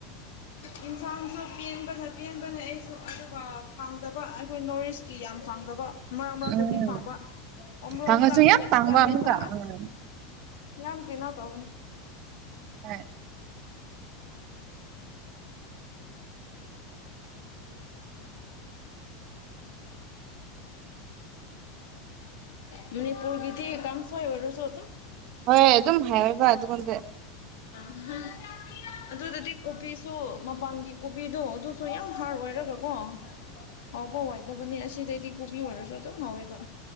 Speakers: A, on the left (about 70°); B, on the right (about 35°).
A: ꯌꯦꯟꯁꯥꯡꯁꯨ ꯄꯦꯟꯕꯅ ꯄꯦꯟꯕꯅ ꯑꯩꯁꯨ ꯑꯗꯨꯒ ꯐꯪꯗꯕ ꯑꯩꯈꯣꯏ ꯅꯣꯔꯠ ꯏꯁ ꯤ ꯌꯥꯝ ꯐꯪꯗꯕ ꯃꯔꯛ ꯃꯔꯛꯇꯗꯤ
B: ꯎꯝ
A: ꯐꯪꯕ ꯑꯃ꯭ꯔꯣꯛ
B: ꯇꯥꯡꯉꯁꯨ
A: ꯆꯥꯅꯤꯡꯕꯅ
B: ꯌꯥꯝ ꯇꯥꯡꯕ
A: ꯆꯥꯅꯤꯡꯕ
B: ꯑꯃꯨꯛꯀ
A: ꯑꯁ
B: ꯎꯝ
A: ꯌꯥꯝ ꯀꯩꯅꯣ ꯇꯧꯕꯅꯦ
B: ꯍ
A: ꯃꯅꯤ ꯄꯨꯔꯒꯤꯗꯤ ꯀꯥꯟꯁ ꯑꯣꯏꯕꯔ ꯆꯣ
B: ꯍꯣꯏ ꯑꯗꯨꯝ ꯍꯥꯏꯏꯕ ꯑꯗꯨꯒꯨꯝꯗꯤꯦ
A: ꯍꯨ ꯑꯗꯨꯗꯗꯤ ꯀꯣꯕꯤꯁꯨ ꯃꯄꯥꯟꯒꯤ ꯀꯣꯕꯤꯗꯣ ꯑꯗꯨꯁꯨ ꯌꯥꯝ ꯍꯥꯔ ꯑꯣꯏꯔꯒꯀꯣ ꯍꯥꯎꯕ ꯋꯥꯏꯗꯕꯅꯤ ꯑꯁꯤꯗꯩꯗꯤ ꯄꯨꯕꯤ ꯑꯣꯏꯔꯁꯨ ꯑꯗꯨꯝ ꯍꯥꯎꯋꯦꯕ